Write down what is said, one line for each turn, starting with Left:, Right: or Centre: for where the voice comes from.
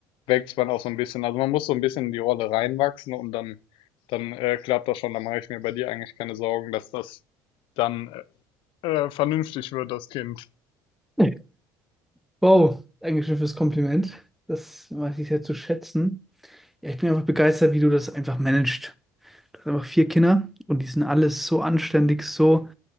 Left: wächst man auch so ein bisschen. Also man muss so ein bisschen in die Rolle reinwachsen und dann, dann äh, klappt das schon. dann mache ich mir bei dir eigentlich keine Sorgen, dass das dann äh, äh, vernünftig wird, das Kind.
Centre: Nee. Wow, Dankeschön fürs Kompliment. Das weiß ich sehr zu schätzen. Ja, ich bin einfach begeistert, wie du das einfach managst. Du hast einfach vier Kinder und die sind alles so anständig, so